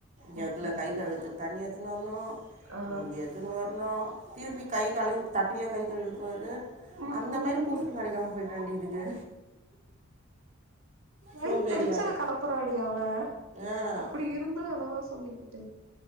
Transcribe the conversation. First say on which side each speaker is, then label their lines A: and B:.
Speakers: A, on the right; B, on the right.
A: ஜக்குல
B: ம் ம்
A: கை கழுவத்துக்கு தண்ணி எத்துனுவரணு
B: ஆ
A: லுங்கி எத்துன்னு வரணு திருப்பி கை கழு தட்டிலே கைகளுன்றுவாரு
B: ம்
A: அந்த மாரி புருஷ கடக்காம போயிட்டாண்டி இதுக்கு
B: வயித்தெரிச்சலக்
A: சோபேரியால்
B: கலப் பராடியவ
A: ஆ
B: அப்புடி இருந்து அதாவா சொல்லிக்கிட்டு